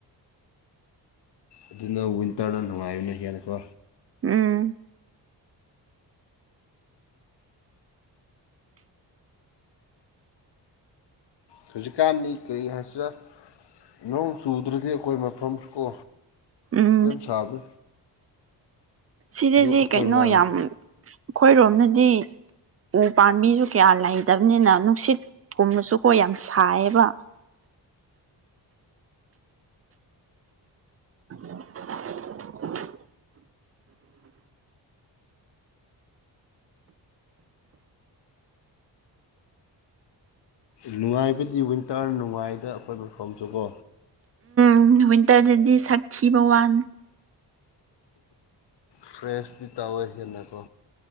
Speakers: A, on the left; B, on the right.
A: ꯑꯗꯨꯅ ꯋꯤꯟꯇꯔꯗ ꯅꯨꯡꯉꯥꯏꯕꯅ ꯌꯥꯔꯦꯀꯣ
B: ꯎꯝ
A: ꯍꯧꯖꯤꯛꯀꯥꯟꯗꯤ ꯀꯔꯤ ꯍꯥꯏꯁꯤꯔ ꯅꯣꯡ ꯆꯨꯗ꯭ꯔꯥꯗꯤ ꯑꯩꯈꯣꯏ ꯃꯐꯝ ꯀꯣ
B: ꯎꯝ
A: ꯀꯦꯝꯁꯕꯅꯦ
B: ꯁꯤꯗꯗꯤ
A: ꯑꯩꯈꯣꯏꯅ
B: ꯀꯩꯅꯣ ꯌꯥꯝ ꯑꯩꯈꯣꯏꯔꯣꯝꯗꯗꯤ ꯎ ꯄꯥꯝꯕꯤꯁꯨ ꯀꯌꯥ ꯂꯩꯇꯕꯅꯤꯅ ꯅꯨꯡꯁꯤꯠꯀꯨꯝꯕꯁꯨꯀꯣ ꯌꯥꯝ ꯁꯥꯏꯌꯦꯕ <inaudible>
A: ꯅꯨꯡꯉꯥꯏꯕꯗꯤ ꯋꯤꯟꯇꯔ ꯅꯨꯡꯉꯥꯏꯗ ꯑꯩꯈꯣꯏ ꯃꯐꯝꯁꯨꯀꯣ
B: ꯎꯝ ꯋꯤꯟꯇꯔꯗꯗꯤ ꯁꯛ ꯊꯤꯕ ꯋꯥꯅꯤ
A: ꯐ꯭ꯔꯦꯁꯇꯤ ꯇꯧꯋꯦ ꯍꯦꯟꯅꯀꯣ